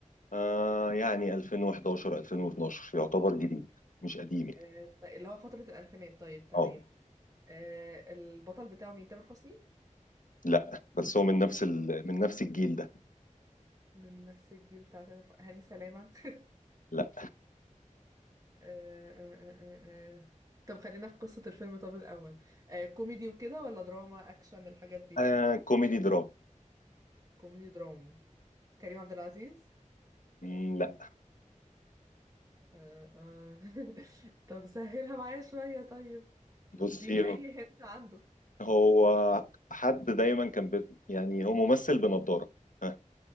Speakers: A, on the left; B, on the right.
A: آه يعني 2011 2012 يعتبر جديد مش قديم يعني
B: آه... ط- اللي هو فترة الالفينات طيب تمام
A: اه
B: آه... البطل بتاعه مين تامر حسني
A: لا بس هو من نفس ال... من نفس الجيل ده
B: من نفس الجيل بتاع تامر حسني هاني سلامة <laughs>
A: لا
B: آه، آه، آه، آه. آه، آه. طب خلينا في قصة الفيلم طب الأول آه، كوميدي وكده ولا دراما أكشن الحاجات دي
A: آه كوميدي دراما
B: كوميدي درامي كريم عبد العزيز
A: مم، لا
B: آه، آه. <laughs> طب سهلها معايا شوية طيب
A: بصي
B: اديني أي هنت عنده
A: هو حد دايما كان بي... يعني هو ممثل بنضارة آه،